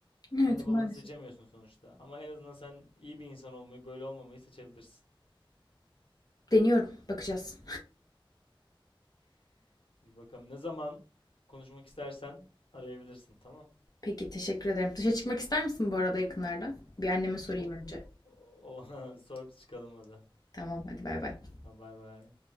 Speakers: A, on the left (about 40°); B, on the left (about 75°).
A: Evet
B: Anne babanı
A: maalesef.
B: seçemiyorsun sonuçta. Ama en azından sen iyi bir insan olmayı, böyle olmamayı seçebilirsin.
A: Deniyorum. Bakacağız.
B: Bir bakalım. Ne zaman konuşmak istersen arayabilirsin, tamam?
A: Peki teşekkür ederim. Dışa çıkmak ister misin bu arada yakınlarda? Bir anneme sorayım
B: O,
A: önce.
B: o, o- <laughs> sor çıkalım hadi.
A: Tamam hadi bay bay.
B: Ha, Bay bay.